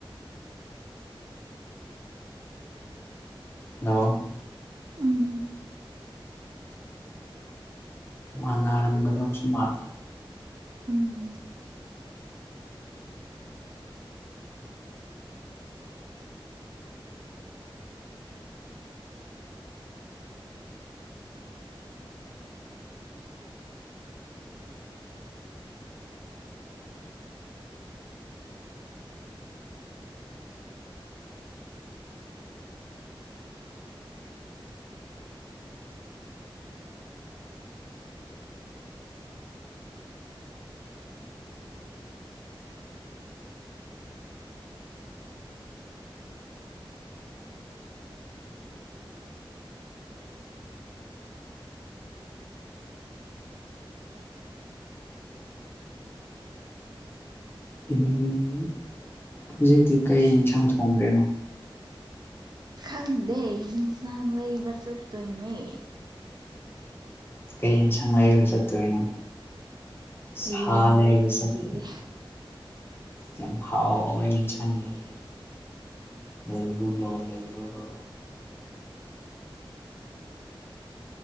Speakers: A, on the left; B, on the right.
A: ꯂꯣ
B: ꯎꯝ
A: ꯃꯥꯅꯥꯔꯝꯒꯗꯧꯁꯨꯨꯝ ꯃꯥꯂꯦ
B: ꯎꯝ
A: ꯎꯝ ꯍꯧꯖꯤꯛꯇꯤ ꯀꯩ ꯌꯦꯟꯁꯥꯡ ꯊꯣꯡꯗꯣꯏꯅꯣ
B: ꯈꯪꯗꯦ ꯍꯤꯟꯁꯥꯡ ꯂꯩꯕ ꯆꯠꯇꯣꯏꯅꯦ
A: ꯀꯩ ꯏꯟꯁꯥꯡ ꯂꯩꯕ ꯆꯠꯇꯣꯏꯅꯣ ꯁꯥ
B: ꯌꯦꯟ
A: ꯂꯩꯕ
B: ꯂꯩꯔꯨꯈꯤꯒꯦ
A: ꯆꯠꯇꯣꯏ ꯌꯥꯝ ꯍꯥꯎꯕꯩ ꯍꯤꯟꯁꯥꯡꯅꯦꯗ ꯂꯩꯔꯨꯔꯣ ꯂꯩꯔꯨꯔꯣ